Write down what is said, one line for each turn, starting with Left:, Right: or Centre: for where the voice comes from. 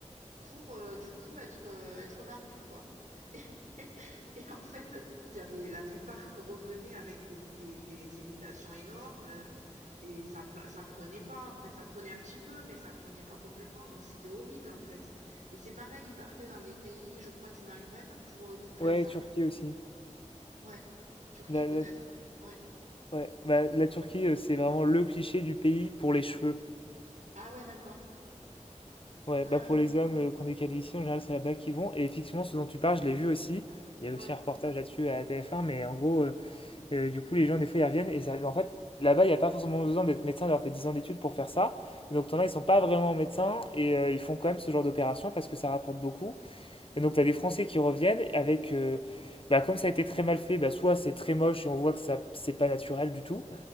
Right: pour euh, du coup être, euh, être barbu, quoi. Et, <laughs> et en fait, il y avait la plupart revenaient avec des, des, des irritations énormes euh, et ça, pla- ça prenait pas, en fait, ça prenait un petit peu, mais ça prenait pas complètement, donc c'était horrible, en fait. Et c'est pareil, ils partaient dans les pays, je crois, du Maghreb pour, euh, pour faire
Left: Ouais,
Right: ça.
Left: Turquie aussi.
Right: Ouais. Turquie
Left: La,
Right: peut-être.
Left: la-
Right: hein. Ouais.
Left: ouais. Bah, la Turquie, euh, c'est vraiment le cliché du pays pour les cheveux.
Right: Ah ouais, d'accord.
Left: Ouais,
Right: Ouais,
Left: bah pour
Right: ouais.
Left: les hommes euh, qu'on est calvitie, en général, c'est là-bas qu'ils vont. Et effectivement, ce dont tu parles, je l'ai vu aussi. Il
Right: Ouais.
Left: y a aussi un reportage là-dessus à TF1, mais en gros, euh, euh, du coup, les gens, des fois, ils reviennent. Et ça, en fait, là-bas, il n'y a pas forcément besoin d'être médecin, d'avoir fait 10 ans d'études pour faire ça. Donc, t'en as, ils sont pas vraiment médecins et euh, ils font quand même ce genre d'opération parce que ça rapporte beaucoup. Et donc, tu as des Français qui reviennent avec. euh, bah, comme ça a été très mal fait, bah, soit c'est très moche et on voit que ça, c'est pas naturel du tout.